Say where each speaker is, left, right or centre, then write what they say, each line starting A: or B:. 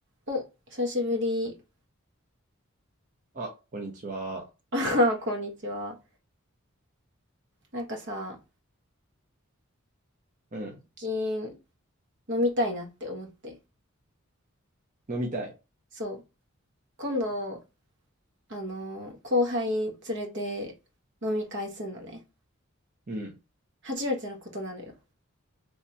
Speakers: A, on the right; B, on the right.
A: お、久しぶり。
B: あ、こんにちは。
A: <laughs> こんにちは。なんかさ、
B: うん。
A: 最近飲みたいなって思って。
B: 飲みたい。
A: そう。今度、あの後輩連れて飲み会すんのね。
B: うん。
A: 初めてのことなのよ。